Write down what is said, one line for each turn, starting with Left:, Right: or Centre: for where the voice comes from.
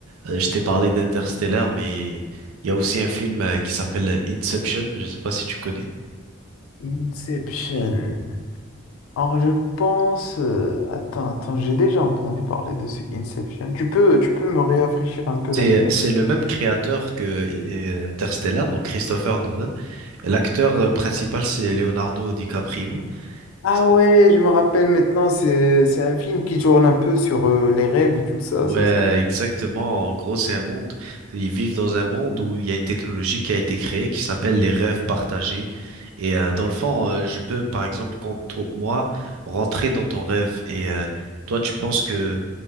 Right: euh, je t'ai parlé d'Interstellar, mais il y a aussi un film euh, qui s'appelle Inception. Je sais pas si tu connais.
Left: Inception. Alors je pense... euh, Attends, attends, j'ai déjà entendu parler de ce Inception. Tu peux, tu peux me rafraîchir un peu
Right: C'est,
Left: la mémoire?
Right: c'est le même créateur que euh, Interstellar, donc Christopher Nolan. Et L'acteur euh, principal, c'est Leonardo DiCaprio.
Left: Ah
Right: C'est-
Left: ouais, je me rappelle maintenant, c'est, c'est un film qui tourne un peu sur euh, les rêves et tout ça,
Right: Ouais,
Left: c'est ça?
Right: exactement. En gros, c'est un monde. Ils vivent dans un monde où il y a une technologie qui a été créée qui s'appelle les rêves partagés. Et euh, dans le fond, euh, je peux, par exemple, quand toi- moi, rentrer dans ton rêve et euh, toi, tu penses que